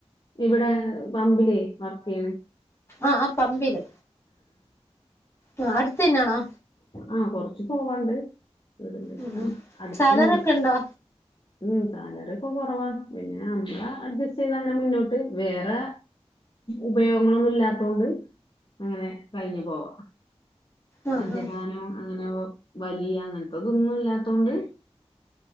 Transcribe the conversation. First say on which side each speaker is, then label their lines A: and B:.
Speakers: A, on the left; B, on the left.
A: ഇവിടെ പമ്പിലേ വർക്കെയ്യ്ണ്
B: അ അ പമ്പില് അ അടുത്തന്നേണോ
A: അ കൊർച്ച് പോവാണ്ട് വീട്ടിന്റെ അടുത്തന്നെ
B: ഉം ഉം
A: അട്ത്തൊന്നല്ല
B: സാലറി ഒക്കെ ഉണ്ടോ
A: ഉം സാലറി ഒക്കെ കൊറവാണ് പിന്നെ നമ്മള് അഡ്ജസ്റ്റെയ്തങ്ങനെ മുന്നോട്ട് വേറെ ഉപയോഗങ്ങളൊന്നും ഇല്ലാത്തോണ്ട് അങ്ങനെ കഴിഞ്ഞു പോവാ
B: ഉം
A: മദ്യപാനം
B: ഉം
A: അങ്ങനെ വലിയ അങ്ങനത്തെതൊന്നും ഇല്ലാത്തോണ്ട്